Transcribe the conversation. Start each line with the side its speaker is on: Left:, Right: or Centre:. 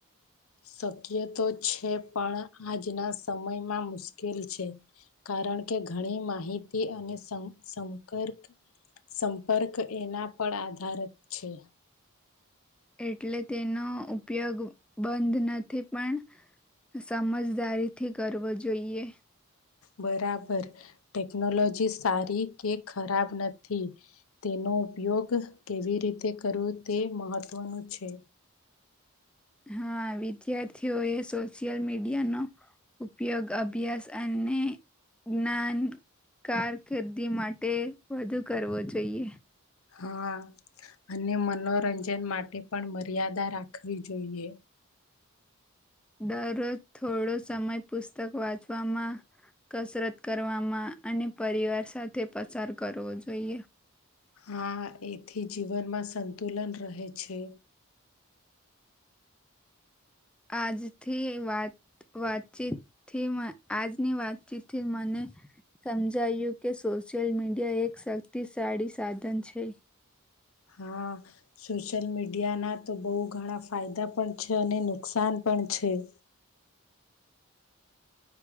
Left: શક્ય તો છે, પણ આજના સમયમાં મુશ્કેલ છે. કારણ કે ઘણી માહિતી અને સ સંકર્ક સંપર્ક એના પર આધારત છે.
Centre: એટલે તેનો ઉપયોગ બંધ નથી પણ સમજદારીથી કરવો જોઈએ.
Left: બરાબર ટેકનોલોજી સારી કે ખરાબ નથી તેનો નો ઉપયોગ કેવી રીતે કરવો તે મહત્ત્વનું છે.
Centre: હા વિદ્યાર્થીઓએ સોશિયલ મીડિયાનો ઉપયોગ અભ્યાસ અને જ્ઞાન કારકિર્દી માટે વધુ કરવો જોઈએ.
Left: હા. અને મનોરંજન માટે પણ મર્યાદા રાખવી જોઈએ.
Centre: દરરોજ થોડો સમય પુસ્તક વાંચવામાં કસરત કરવામાં અને પરિવાર સાથે પસાર કરવો જોઈએ.
Left: હા એથી જીવનમાં સંતુલન રહે છે.
Centre: આજથી વાત વાતચીત થી આજની વાતચીત થી મને સમજાયું કે સોશિયલ મીડિયા એક શક્તિશાળી સાધન છે
Left: હા સોશિયલ મીડિયા ના તો બહુ ઘણા ફાયદા પણ છે અને નુકસાન પણ પ છેી
Centre: <unintelligible>